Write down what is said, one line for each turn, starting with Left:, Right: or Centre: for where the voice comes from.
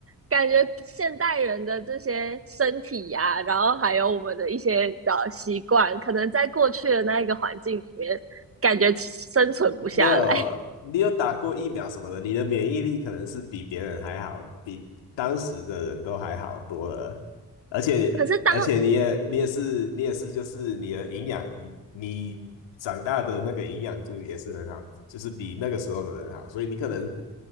Right: 感觉现代人的这些身体呀、然后还有我们的一些呃习惯，可能在过去的那一个环境里面，感觉生存不下来。
Left: 没有，
Right: <laughs>
Left: 你有打过疫苗什么的，你的免疫力可能是比别人还好，比当时的人都还好多了。而且，
Right: 可是当
Left: 而且你也你也是你也是就是你的营养，你长大的那个营养度也是很好，就是比那个时候的人好，所以你可能